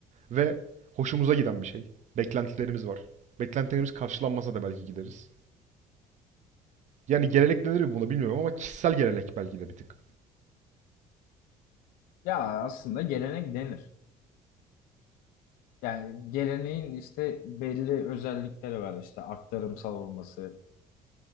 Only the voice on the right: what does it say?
Ve hoşumuza giden bir şey. Beklentilerimiz var. Beklentilerimiz karşılanmasa da belki gideriz. Yani gelenek denir mi buna bilmiyorum ama kişisel gelenek belki de bir tık.